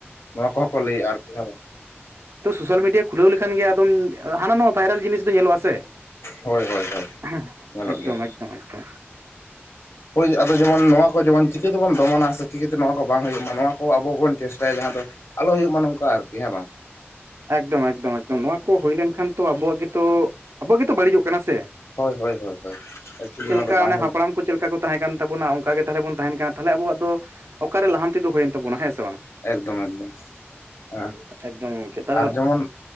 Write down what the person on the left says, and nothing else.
ᱱᱚᱣᱟ ᱠᱚᱦᱚᱸ ᱠᱚ ᱞᱟᱹᱭᱮᱫᱼᱟ ᱟᱨᱠᱤ ᱦᱮᱸ ᱵᱟᱝ
ᱦᱳᱭ ᱦᱳᱭ ᱦᱳᱭ
ᱧᱮᱞᱚᱜ
ᱜᱮᱭᱟ
ᱦᱳᱭ ᱟᱫᱚ ᱡᱮᱢᱚᱱ ᱱᱚᱣᱟ ᱠᱚ ᱡᱮᱢᱚᱱ ᱪᱤᱠᱟᱹᱛᱮᱵᱚᱱ ᱫᱚᱢᱚᱱᱟ ᱥᱮᱼᱼ ᱪᱤᱠᱟᱹᱛᱮ ᱱᱚᱣᱟ ᱠᱚ ᱵᱚᱝ ᱦᱩᱭᱩᱜ ᱢᱟ ᱱᱚᱳᱭᱟ ᱠᱚ ᱟᱵᱳ ᱵᱚᱱ ᱪᱮᱥᱴᱟᱭᱟ ᱡᱟᱦᱟᱸ ᱫᱚ ᱟᱞᱚ ᱦᱩᱭᱩᱜ ᱢᱟ ᱱᱚᱝᱠᱟ ᱟᱨᱠᱤ ᱦᱮᱸᱵᱟᱝ ᱵᱟᱝ
ᱦᱳᱭ ᱦᱳᱭᱭ ᱮᱠᱪᱚᱞᱤ ᱚᱱᱟ
ᱫᱚ ᱵᱟᱝ
ᱦᱩᱭᱩᱜ-ᱟ᱾
ᱮᱠᱫᱚᱢ ᱮᱠᱫᱚᱢ ᱟ
ᱟᱨ ᱡᱮᱢᱚᱱ